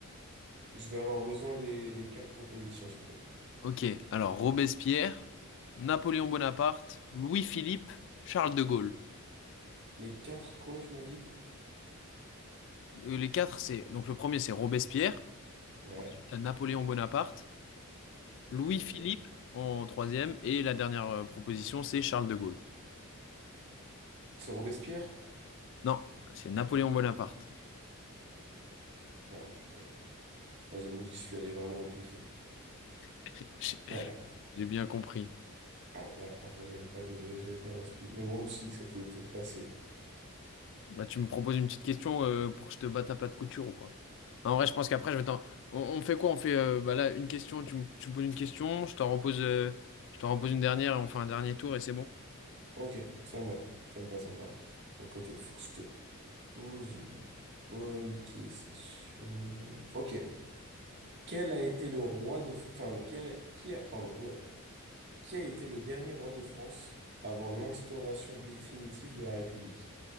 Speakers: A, on the right; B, on the left.
A: je vais avoir besoin des, des quatre propositions, s'il te plaît.
B: Ok, alors Robespierre, Napoléon Bonaparte, Louis-Philippe, Charles de Gaulle.
A: Les quatre quoi, tu m'as dit?
B: Euh, Les quatre, c'est... Donc le premier, c'est Robespierre.
A: Ouais,
B: T'as Napoléon Bonaparte. Louis-Philippe
A: ok.
B: en troisième. Et la dernière euh, proposition, c'est Charles de Gaulle.
A: C'est Robespierre?
B: Non, c'est Napoléon Bonaparte.
A: Oh putain. Là, j'avoue, j'y suis allé vraiment au pif. hein.
B: <laughs> J'ai
A: Ouais.
B: j'ai bien compris.
A: Ah, là, franchement, j'avais pas de, j'avais pas d'inspi. Mais bon, je me suis dit que ça pouvait peut-être passer.
B: Bah, tu me proposes une petite question euh, pour que je te batte à plat de couture ou quoi? En vrai, je pense qu'après, je vais t'en... On, on fait quoi? On fait euh, bah là une question, tu me, tu me poses une question, je t'en repose, euh, je t'en repose une dernière et on fait un dernier tour et c'est bon.
A: Ok, ça me va. Ça me va, ça me va. Bon, côté, faut que je te pose une bonne question. Ok. Quel a été le roi de... Enfin, lequel... Qui a... Pardon, oula. Qui a été le dernier roi de France avant l'instauration définitive de la République?